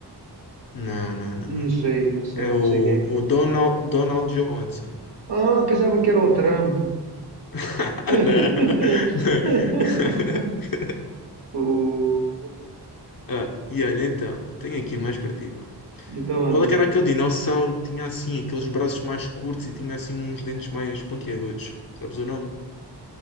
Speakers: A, on the left; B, on the right.
A: Não, não, não,
B: Não
A: não.
B: sei, não sei,
A: É
B: não
A: o,
B: sei quem é que
A: o
B: foi.
A: Donald, Donald Johnson.
B: Ah, pensava que era o Trump.
A: <laughs>
B: <laughs>
A: Não, não. <laughs>
B: O...
A: Ah, e olha, então, tenho aqui mais para ti, pá.
B: Então anda.
A: Qual é que era aquele dinossauro que tinha assim, aqueles braços mais curtos e tinha assim uns dentes mais pontiagudos? Sabes o nome?